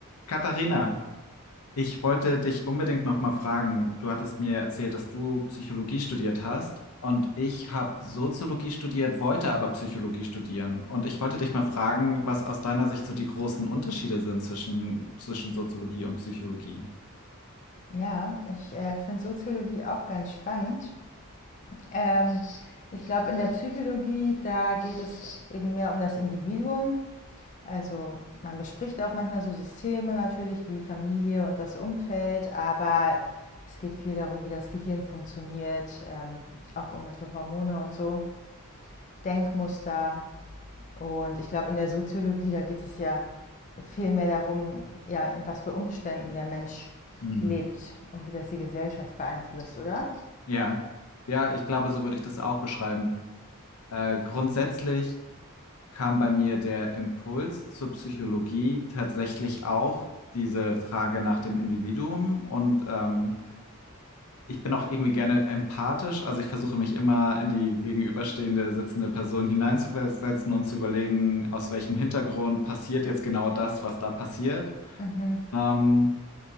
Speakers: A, on the left; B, on the left.
A: Katharina, ich wollte dich unbedingt noch mal fragen. Du hattest mir erzählt, dass du Psychologie studiert hast und ich habe Soziologie studiert, wollte aber Psychologie studieren. Und ich wollte dich mal fragen, was aus deiner Sicht so die großen Unterschiede sind zwischen, zwischen Soziologie und Psychologie.
B: Ja, ich äh, finde Soziologie auch ganz spannend. Ähm, ich glaube, in der Psychologie, da geht es eben mehr um das Individuum. Also man bespricht auch manchmal so Systeme natürlich wie Familie und das Umfeld, aber es geht viel darum, wie das Gehirn funktioniert, ähm, auch irgendwelche Hormone und so, Denkmuster. Und ich glaube, in der Soziologie, da geht es ja viel mehr darum, ja, in was für Umständen der Mensch
A: Hm.
B: lebt und wie das die Gesellschaft beeinflusst, oder?
A: Ja, ja, ich glaube, so würde ich das auch beschreiben. Äh, grundsätzlich kam bei mir der Impuls zur Psychologie tatsächlich auch diese Frage nach dem Individuum und ähm, ich bin auch irgendwie gerne empathisch. Also ich versuche mich immer in die gegenüberstehende sitzende Person hineinzuversetzen und zu überlegen, aus welchem Hintergrund passiert jetzt genau das, was da passiert.
B: Mhm.
A: Ähm,